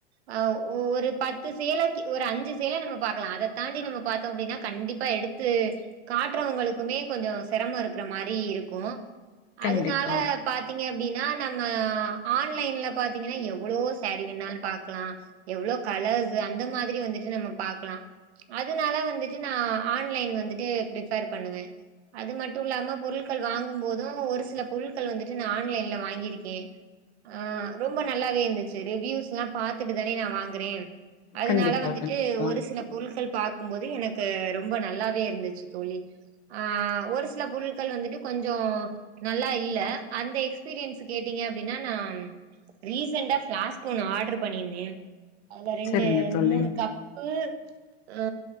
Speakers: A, on the right; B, on the left.
A: ஆ ஒ ஒருப் பத்து சீலைக்கி ஒரு அஞ்சு சீல நம்ம பாக்கலா அதத் தாண்டி நம்மப் பாத்தோ அப்டினா கண்டிப்பா எடுத்து காட்றவுங்களுக்குமே கொஞ்சோ சிரமோ இருக்ற மாரி இருக்கு
B: கண்டிப்பா
A: அதுனாலப் பாத்தீங்க அப்டினா நம்ம ஆன்லைன்ல பாத்தீங்கினா எவ்ளோ சாரி வேண்ணாலுப் பாக்லா எவ்ளோக் கலர்ஸு அந்த மாதிரி வந்துட்டு நம்ம பாக்லா அதுனால வந்துட்டு நா ஆன்லைன் வந்துட்டு பிரிஃபேர் பண்ணுவே அது மட்டு இல்லாம பொருள்கள் வாங்கும்போது ஒரு சிலப் பொருள்கள் வந்துட்டு நா ஆன்லைன்ல வாங்கிருக்கே ஆ ரொம்ப நல்லாவே இந்துச்சி ரிவ்யூஸ்லாம் பாத்துட்டு தானே நா வாங்குறே அதனால
B: கண்டிப்பா
A: வந்துட்டு
B: கண்டிப்பா
A: ஒரு சிலப் பொருள்கள் பாக்கும்போது எனக்கு ரொம்ப நல்லாவே இருந்துச்சி தோழி ஆ ஒரு சிலப் பொருள்கள் வந்துட்டு கொஞ் சோ நல்லா இல்ல அந்த எக்ஸ்பீரியன்ஸு கேட்டீங்க அப்டினா நாம் ரீசெண்டா பிளாஸ்க்கு ஒன்னு ஆட்ரு பண்ணிந்தே அதல ரெண்டு
B: செரிங்க தோழி
A: மூனு கப்பு ஆ